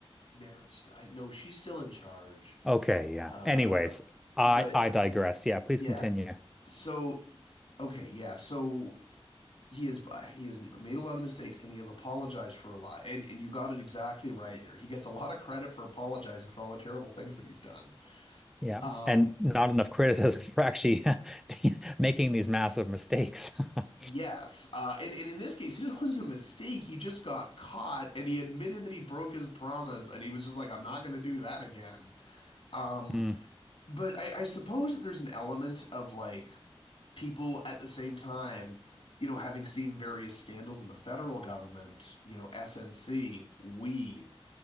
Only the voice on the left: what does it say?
Maris. I no, she's still in charge.
Uh,
but
yeah.
So okay, yeah. So he has he has made a lot of mistakes and he has apologized for a lot. And and you got it exactly right there. He gets a lot of credit for apologizing for all the terrible things that he's done.
Um,
Yes. Uh, and, and in this case, it wasn't a mistake. He just got caught and he admitted that he broke his promise and he was just like, I'm not going to do that again. Um,
but I, I suppose that there's an element of like people at the same time, you know, having seen various scandals in the federal government, you know, SNC, we,